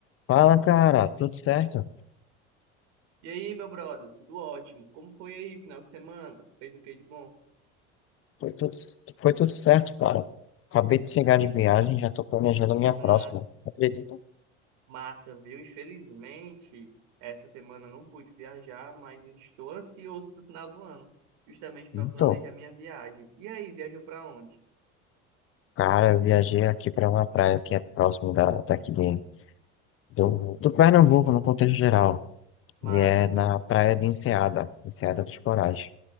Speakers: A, on the left; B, on the right.
A: Fala, cara, tudo certo?
B: E aí, meu brother, tudo ótimo? Como foi aí, final de semana? Fez o que de bom?
A: Foi tudo, foi tudo certo, cara. Acabei de chegar de viagem, já tô planejando minha próxima.
B: Ah,
A: Acredita?
B: massa, viu? Infelizmente, essa semana eu não pude viajar, mas estou ansioso para o final do ano, justamente para
A: Então,
B: planejar minha viagem. E aí, viajou para onde?
A: cara, eu viajei aqui para uma praia que é próximo da, daqui de, do, do Pernambuco, no contexto geral.
B: Massa,
A: E é
B: viu?
A: na praia de Enseada, Enseada dos Corais.